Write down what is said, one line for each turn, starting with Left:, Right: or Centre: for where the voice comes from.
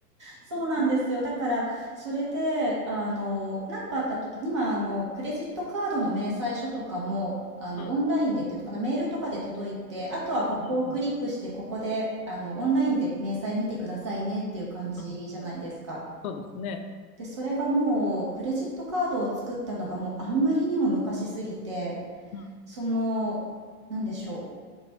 Right: そうなんですよ。だから、それで、あの、なんかあった時、今、あの、クレジットカードの明細書とかも、あの、
Left: うん。
Right: オンラインでっていうのかな、メールとかで届いて、あとはここをクリックして、
Left: うんうん
Right: ここで、あの、オンラインで明細見てくださいねっていう感じじゃないですか。
Left: うん。うん。ですね。
Right: で、それがもう、クレジットカードを作ったのがもうあんまりにも昔すぎて、
Left: うん。
Right: その、なんでしょ